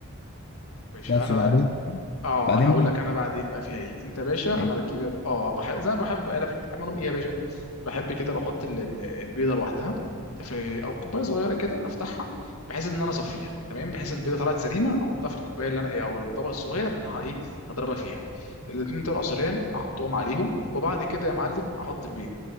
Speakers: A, on the left; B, on the left.
A: ماشي
B: بس
A: انا
B: وبعدين
A: بقى اه
B: بعدين
A: انا هقول لك انا بعدين بقى فيها ايه انت يا باشا
B: بقى
A: انا بجيب اه بحب زي ما بحب انا بحب اعملهم ايه يا باشا بحب كده بحط ال- ال- البيضه لوحدها في او كوبايه صغيره كده افتحها بحيث ان انا اصفيها تمام بحيث البيضه طلعت سليمه احطها في الكوبايه اللي انا ايه او الطبق الصغير اللي انا ه- ايه هضربها فيها الاتنين طلعوا سلام احطهم عليهم وبعد كده يا معلم احط البيض